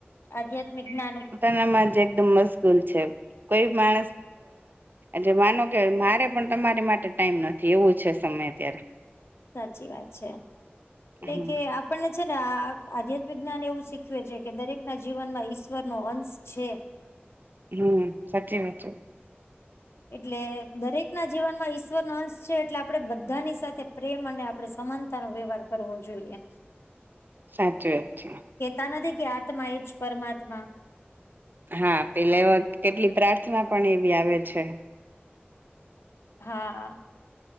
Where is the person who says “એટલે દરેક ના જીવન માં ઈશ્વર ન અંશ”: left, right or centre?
Left